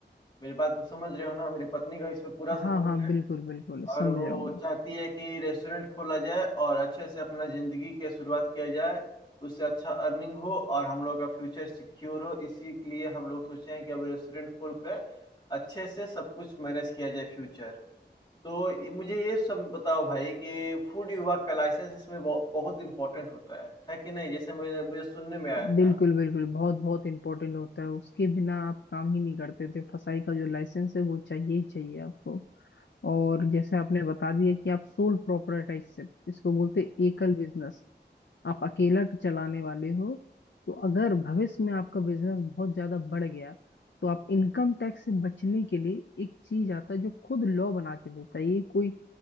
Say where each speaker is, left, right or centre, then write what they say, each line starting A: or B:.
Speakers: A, on the left (about 25°); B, on the left (about 80°).
A: मेरी बात को समझ रहे हो ना मेरी पत्नी का इसमें पूरा
B: हाँ
A: सपोर्ट
B: हाँ
A: है
B: बिल्कुल बिल्कुल
A: और
B: समझ
A: वो
B: रहा हूँ मैं
A: चाहती है कि रेस्टोरेंट खोला जाए और अच्छे से अपना जिंदगी की शुरुआत किया जाए उससे अच्छा अर्निंग हो और हम लोग का फ्यूचर सिक्योर हो इसी के लिए हम लोग सोचे हैं कि अब रेस्टोरेंट खोल कर अच्छे से सब कुछ मैनेज किया जाए फ्यूचर तो ये- मुझे ये सब बताओ भाई कि फूड विभाग का लाइसेंस इसमें बहु- बहुत इंपॉर्टेंट होता है है कि नहीं जैसे मुझे मुझे सुनने में आया था
B: बिल्कुल बिल्कुल बहुत बहुत इंपॉर्टेंट होता है उसके बिना आप काम ही नहीं करते थे फसाई का जो लाइसेंस है वो चाहिए ही चाहिए आपको और जैसे आपने बता दिया कि आप सोल प्रोप्राइटरशिप इसको बोलते हैं एकल बिजनेस आप अकेला चलाने वाले हो तो अगर भविष्य में आपका बिजनेस बहुत ज्यादा बढ़ गया तो आप इनकम टैक्स से बचने के लिए एक चीज आता है जो खुद लॉ बना के देता है ये कोई